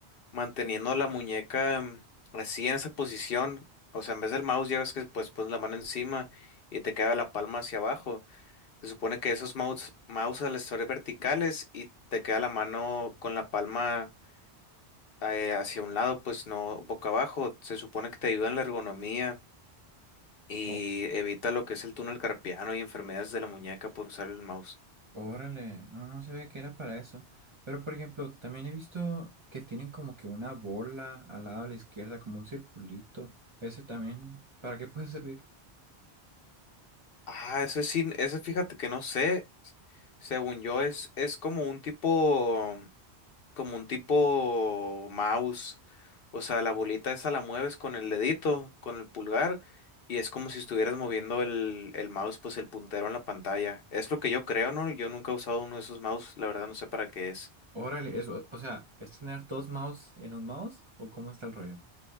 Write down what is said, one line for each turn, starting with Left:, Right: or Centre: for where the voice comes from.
Left: manteniendo la muñeca mm, así en esa posición, o sea, en vez del mouse ya ves que pues pones la mano encima y te queda la palma hacia abajo. Se supone que esos mouse, mouse al estar verticales y te queda la mano con la palma eh, hacia un lado, pues no boca abajo. Se supone que te ayuda en la ergonomía. y
Right: O,
Left: evita lo que es el túnel carpiano y enfermedades de la muñeca por usar el mouse.
Right: Órale, no, no se ve que era para eso. Pero, por ejemplo, también he visto que tienen como que una bola al lado a la izquierda, como un circulito. Ese también, ¿para qué puede servir?
Left: Ah, ese sí, ese fíjate que no sé. Según yo, es, es como un tipo, como un tipo mouse. O sea, la bolita esa la mueves con el dedito, con el pulgar, y es como si estuvieras moviendo el, el mouse, pues el puntero en la pantalla. Es lo que yo creo, ¿no? Yo nunca he usado uno de esos mouse, la verdad no sé para qué es.
Right: Órale, eso, o sea, ¿es tener dos mouse en un mouse o cómo está el rollo?